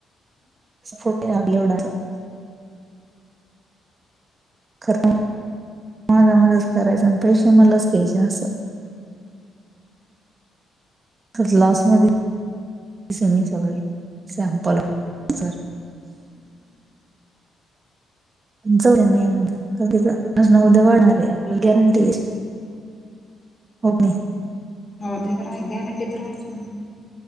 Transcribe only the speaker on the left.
<inaudible>
हो ते तर आहेच गॅरंटी तर आहेच म्हणा.